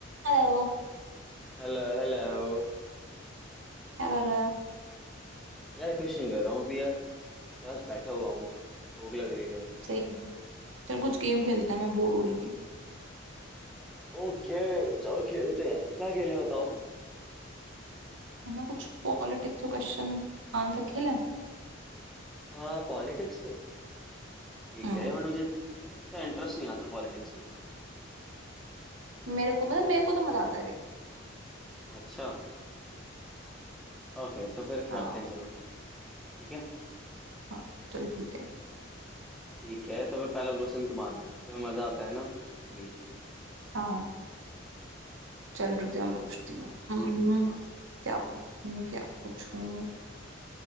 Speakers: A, on the right; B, in the centre.
A: Hello
B: Hello hello
A: क्या कर रहा है
B: यार कुछ नहीं कर रहा हूँ अभी यार बस बैठा हुआ हूँ भूख लग रही है
A: सही है। चल कुछ गेम खेलते हैं मैं बोर हो रही थी
B: ओके चलो खेलते हैं क्या खेले बताओ
A: है ना कुछ पॉलिटिक्स के क्वेश्चन आंसर खेलें
B: आ, पॉलिटिक्स पे ठीक
A: हम्म
B: है बट मुझे इतना इंटरेस्ट नहीं आता पॉलिटिक्स में
A: मेरे को मतलब मेरे को तो मजा आता है देख
B: अच्छा ओके तो फिर
A: हाँ
B: करते हैं चलो ठीक है
A: हाँ चल ठीक है
B: ठीक है तो फिर पहला क्वेश्चन तुम्हारा तो मजा आता है ना जी
A: हाँ चल रुक जा
B: चलो
A: मैं पूछती हूँ हम्म,
B: हाँ
A: क्या पूछूं क्या पूछूं